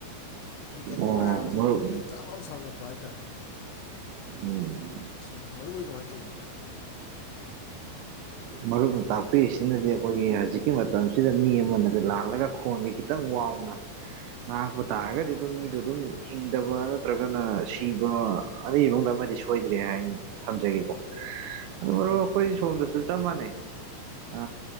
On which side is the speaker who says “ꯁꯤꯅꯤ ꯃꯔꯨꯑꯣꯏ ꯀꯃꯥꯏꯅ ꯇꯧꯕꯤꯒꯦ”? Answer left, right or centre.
Left